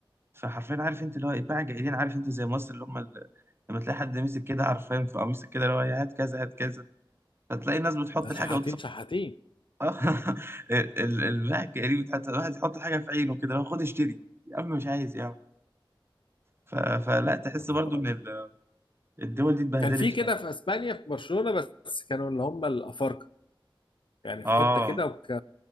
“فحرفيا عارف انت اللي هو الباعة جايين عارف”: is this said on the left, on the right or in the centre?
Right